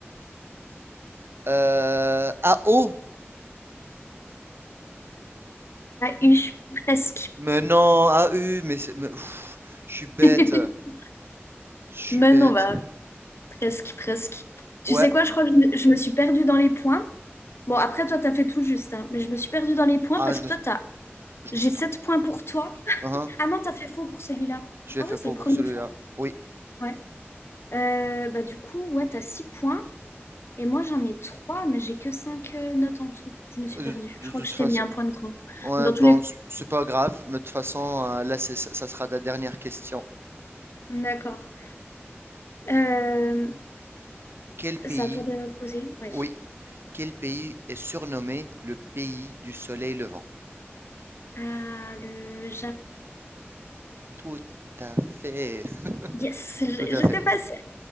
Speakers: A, on the right; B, on the left.
A: euh, A O.
B: AU, presque.
A: Mais non, AU. Mais, c'est- mais, pff, je suis bête.
B: <laughs>
A: Je suis
B: Mais
A: bête.
B: non, bah, presque, presque. Tu
A: Ouais.
B: sais quoi, je crois que je me, je me suis perdue dans les points. Bon, après toi t'as fait tout juste, hein, mais je me suis perdue dans les points
A: Ah,
B: parce
A: je
B: que
A: me,
B: toi t'as...
A: je
B: J'ai
A: me suis
B: 7
A: trompé.
B: points pour toi.
A: Hein,
B: Ah non, t'as fait faux pour celui-là.
A: Je l'ai
B: Ah
A: fait
B: ouais, c'est
A: faux
B: le premier
A: pour celui-là.
B: faux.
A: Oui.
B: Ouais. Euh, bah du coup, ouais, t'as 6 points. Et moi, j'en ai trois, mais j'ai que cinq euh, notes en tout. Je me suis
A: De,
B: perdue.
A: de-
B: Je crois
A: de toute
B: que je
A: façon.
B: t'ai mis un point de trop.
A: Ouais,
B: Dans
A: bon,
B: tous les...
A: c- c'est pas grave, mais de toute façon, euh, là, c'est- ça ça sera ta dernière question.
B: D'accord. Euh,
A: Quel pays,
B: c'est à toi de poser. Ouais.
A: oui, quel pays est surnommé le pays du soleil levant?
B: Ah, le Japon.
A: Tout à fait, <laughs>
B: Yes, j'ai-
A: tout à
B: j'étais
A: fait,
B: passée.